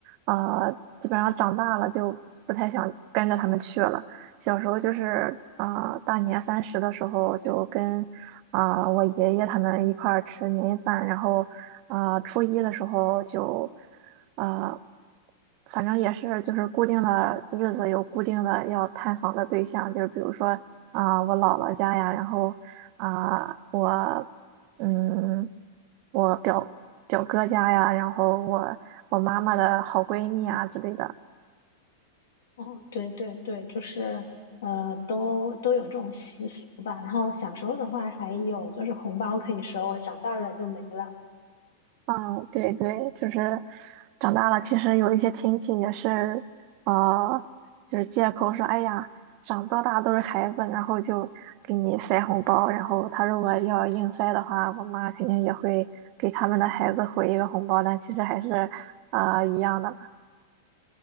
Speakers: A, on the right (about 35°); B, on the left (about 90°).
A: 呃，基本上长大了就不太想跟着他们去了。小时候就是啊、呃大年三十的时候就跟啊、呃我爷爷他们一块儿吃年夜饭，然后啊、呃初一的时候就呃，反正也是就是固定的日子有固定的要探访的对象，就是比如说啊、我姥姥家呀，然后啊、我嗯。我表表哥家呀，然后我我妈妈的好闺蜜啊之类的。
B: 哦，对对对，就是呃，都都有这种习俗吧。然后小时候的话，还有就是红包可以收，长大了就没了。
A: 嗯，对对，就是长大了，其实有一些亲戚也是，呃，就是借口说，哎呀，长到大都是孩子，然后就给你塞红包，然后他如果要硬塞的话，我妈肯定也会给他们的孩子回一个红包，但其实还是，呃，一样的。